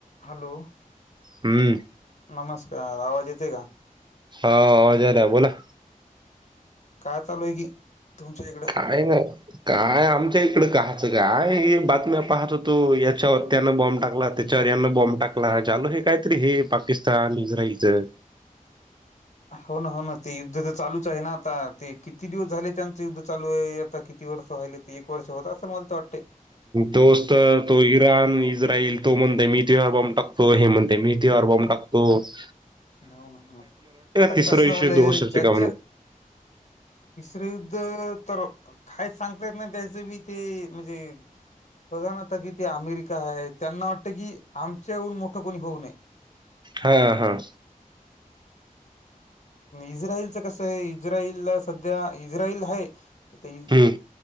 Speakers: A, on the left; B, on the right.
A: Hello
B: हम्म
A: नमस्कार आवाज येते का
B: हा अजय बोला
A: काय चालूय की तुमच्या इकड
B: खाय मग काय आमच्या इकडं कहाचं काय हे बातम्या पाहत होतो याच्या व त्यान बॉम्ब टाकलात त्याच्या्याना बॉम्ब टाकला लो हे कायतरी हे पाकिस्तान इस्राइलचं
A: हो ना हो ना ते युद्ध तर चालूच आहे ना आता ते किती दिवस झाले त्यांचं युद्ध चालू आहे आता किती वर्ष वहिले एक वर्ष होत असेल मला त वाटते
B: तोचत तो इराण इस्रायल तो म्हणते मी ति बॉ्ब टाकतो हे म्हणते तेे मि इथे आर <unintelligible> टाकतोच.
A: <unintelligible> आता
B: तिसरं
A: कस
B: विश्वयुद्ध
A: झालंय
B: होऊ शकते
A: ज्याच
B: का म्हणून
A: तिसर युद्ध तर काय सांगता येत नाही त्याच बी ते म्हणजे बघा ना आता कि ते अमेरिका आहे त्यांना वाटतं की आमच्या येवून मोठं कोणी होऊ नये.
B: हा ह.
A: इस्राइलचं कसं आहे इस्राइल सध्या इस्राइल हाय. आता इ
B: हम्म